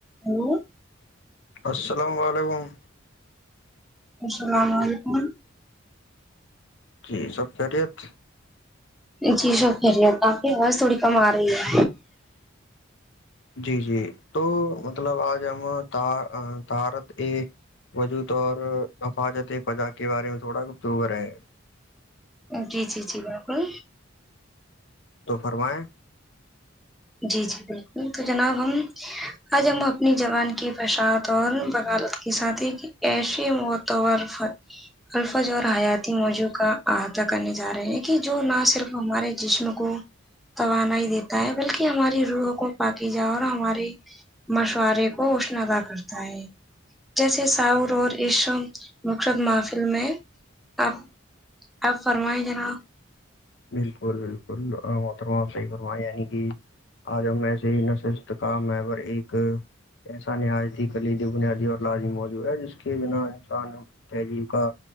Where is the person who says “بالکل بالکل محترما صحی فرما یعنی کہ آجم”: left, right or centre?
Left